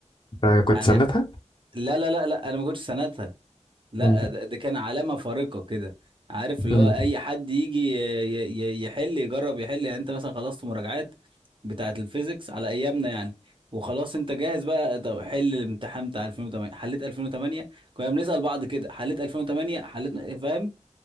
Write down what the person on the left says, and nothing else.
فكنت
سندها
مم.
مم.